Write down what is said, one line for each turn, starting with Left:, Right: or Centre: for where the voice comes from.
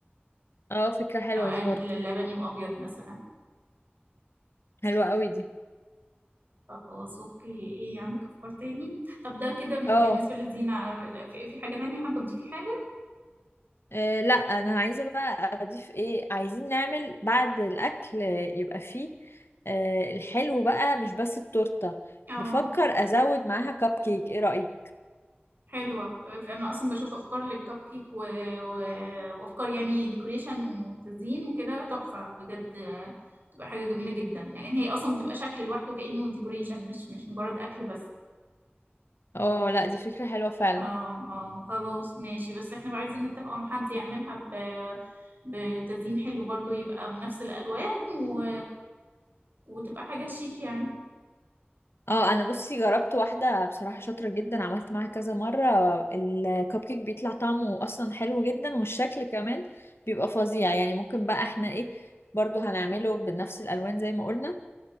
Left: اه فكرة حلوة
Right: آه،
Left: دي
Right: ل-
Left: برضو
Right: لبني وابيض مثلا
Left: حلوة قوي دي
Right: خلاص اوكي ايه عندك افكار تاني طب ده كده بالنسبة
Left: اه
Right: للزينة في في حاجة تانية حابة تضيفي حاجة
Left: آه لا انا عايزه بقى اضيف ايه عايزين نعمل بعد الاكل آه، يبقى فيه آه الحلو بقى مش بس التورته
Right: اه
Left: بفكر ازود معاها كب كيك ايه رايك
Right: حلوة ف- أنا أصلا بشوف أفكار للكب كيك و... و... وأفكار يعني ديكوريشن وتزيين وكده تحفة بجد آه، بتبقى حاجة جميلة جدا لأن هي أصلا بتبقى شكل لوحده كأنه ديكوريشن مش مش مجرد أكل بس
Left: اه لا دي فكره حلوه فعلا
Right: اه اه خلاص ماشي بس احنا بقى عايزين نتفق مع حد يعملها ب... بتزيين حلو برضو يبقى بنفس الألوان و... وتبقى حاجة شيك يعني
Left: اه انا بصي جربت واحده بصراحه شاطره جدا عملت معاها كذا مره الكب كيك بيطلع طعمه اصلا حلو جدا والشكل كمان بيبقى فظيع يعني ممكن بقى احنا ايه برضو هنعمله بنفس الالوان زي ما قلنا